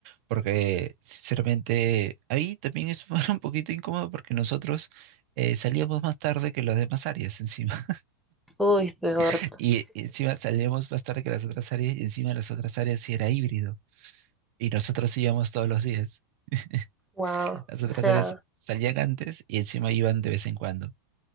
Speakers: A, on the right; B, in the centre.
A: porque sinceramente ahí también es <laughs> un poquito incómodo porque nosotros eh, salíamos más tarde que las demás áreas encima,
B: Uy, peor.
A: <laughs> y encima salíamos más tarde que las otras áreas, y encima las otras áreas sí era híbrido, y nosotros íbamos todos los días. <laughs>
B: Wow.
A: Las otras
B: O sea,
A: áreas salían antes y encima iban de vez en cuando.